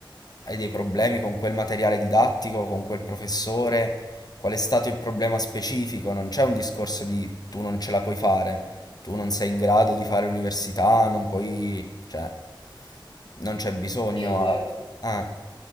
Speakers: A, on the left (about 50°); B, on the left (about 85°).
A: hai dei problemi con quel materiale didattico, con quel professore. Qual è stato il problema specifico? Non c'è un discorso di tu non ce la puoi fare, tu non sei in grado di fare l'università, non puoi... cioè, non c'è bisogno
B: sì, è vero.
A: a... a-